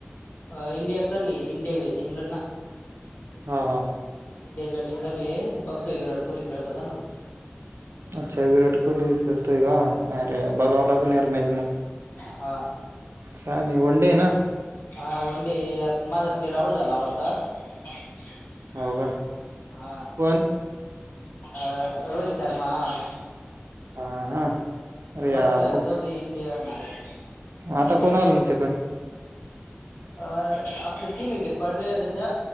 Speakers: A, on the left; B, on the right.
A: अ इंडिया चालु आहे इंडिया वेस इंग्लंड ना.
B: हा हा.
A: इंडियाच बॅटिंग चालू आहे, बघतोय विराट कोहली खेळत होता ना.
B: अच्छा विराट कोहली खेलतोय का? अरे
A: हा
B: बघावं लागेल यार मॅच मग
A: हा
B: छान हाय वन डे आहे ना.
A: हा वनडे यार माझा प्लेयर आउट झाला वाटतं. <inaudible>
B: अव्वा!
A: हा.
B: पण
A: अ रोहित शर्मा आ.
B: ह हा.
A: आता
B: अरे यार
A: बघतोय आता
B: खूप
A: जाऊ दे इंडिया म्हणतो. <unintelligible>
B: आता कोण आलं मग सेकंड
A: अ आपले तीन विकेट पडलेले तशा.